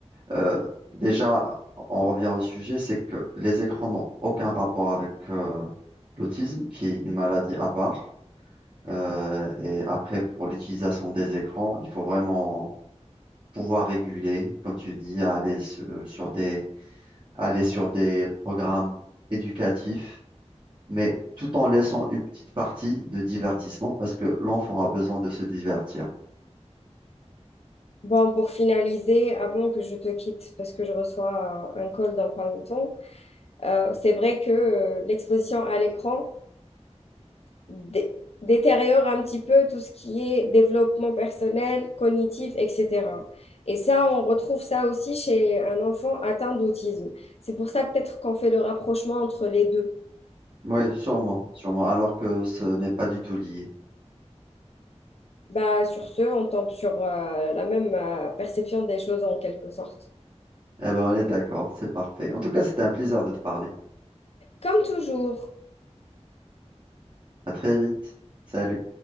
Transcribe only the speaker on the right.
Euh, déjà, on revient au sujet, c'est que les écrans n'ont aucun rapport avec euh, l'autisme, qui est une maladie à part. Euh, et après, pour l'utilisation des écrans, il faut vraiment pouvoir réguler, comme tu dis, à aller sur, sur des, aller sur des programmes éducatifs, mais tout en laissant une petite partie de divertissement parce que l'enfant a besoin de se divertir.
Oui, sûrement, sûrement, alors que ce n'est pas du tout lié.
Eh ben, on est d'accord, c'est parfait. En tout cas, c'était un plaisir de te parler.
À très vite. Salut.